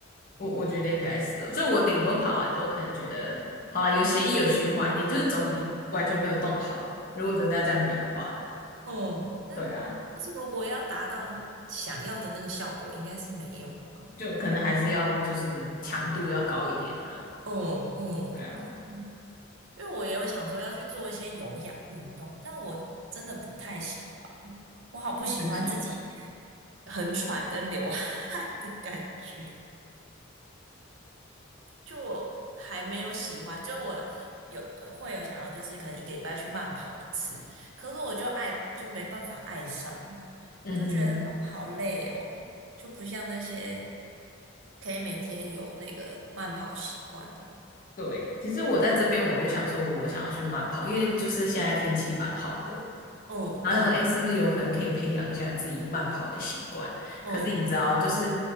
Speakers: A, on the left; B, on the right.
A: 我我觉得应该是哦，就我顶多跑完之后，可能觉得好啦，有协议有循环一点，就是总比完全没有动好。如果真的要这样比的话，
B: 哦，那但
A: 对啊，
B: 是如果要达到想要的那个效果，应该是没有吧？
A: 就可能还是要就是强度要高一点啊，
B: 嗯嗯哦，
A: 对啊，
B: 因为我也有想说要去做一些有氧运动，但我真的不太喜欢，我好不喜欢自己
A: 很吵。
B: 很喘跟流汗的感觉。就我还没有喜欢，就我有呃会有想要，就是可能一个礼拜去慢跑一次，可是我就爱就没办法爱上，
A: 嗯嗯，
B: 我就觉得好好累哦，就不像那些可以每天有那个慢跑习惯的。
A: 对。其实我在这边我就想说，我想要去慢跑，因为就是现在天气蛮好的，
B: 嗯嗯
A: 然后想说，哎，是不是有可能可以培养一下自己慢跑的习惯？
B: 嗯，
A: 可是你知道，就是